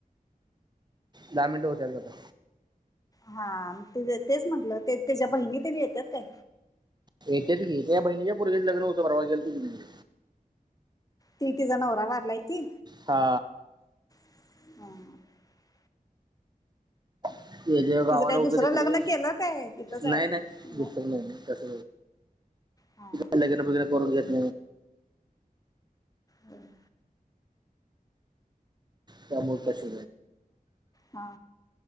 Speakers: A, on the right; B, on the left.
A: दहा मिनटं उचारत होता
B: हा तेच म्हटलं ते त्याच्या बहिणी तने येतात काय
A: येतेच घ या बहिणीच्या पुरगेच लग्न होतं परवा गेल त
B: तिीती जण होरा मारलाय त
A: हा
B: ह
A: हे जे गावाला
B: तिचं काय
A: होतं
B: दुसरं
A: तिकडं
B: लग्न केलं काय तिथंच आहे
A: नाही
B: अजून
A: नाही दुसत नाहीस
B: हा
A: लन कोर घेत
B: हम्म
A: त्यामूता श
B: हा